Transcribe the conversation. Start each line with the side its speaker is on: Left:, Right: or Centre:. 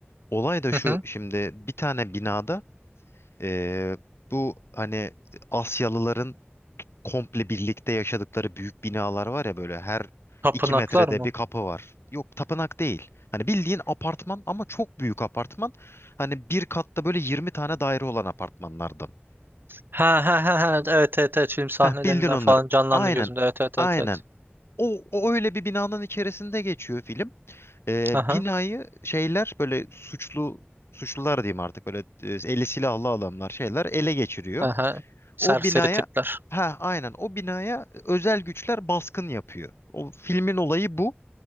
Left: Olay da
Right: Hı
Left: şu
Right: hı.
Left: şimdi bir tane binada eee, bu hani Asyalıların komple birlikte yaşadıkları büyük binalar var ya böyle her
Right: Tapınaklar
Left: iki metrede
Right: mı?
Left: bir kapı var. Yok tapınak değil. Hani bildiğin apartman ama çok büyük apartman. Hani bir katta böyle 20 tane daire olan apartmanlardan.
Right: Ha ha ha ha. Evet evet evet. Film sahnelerinden
Left: Heh, bildin onları.
Right: falan canlandı
Left: Aynen
Right: gözümde. Evet evet
Left: aynen.
Right: evet evet.
Left: O, o öyle bir binanın içerisinde geçiyor film. Ee,
Right: Aha.
Left: binayı şeyler böyle suçlu suçlular diyeyim artık böyle e, eli silahlı adamlar şeyler ele geçiriyor.
Right: Aha. Serseri
Left: O binaya
Right: tipler.
Left: ha aynen o binaya özel güçler baskın yapıyor. O filmin olayı bu.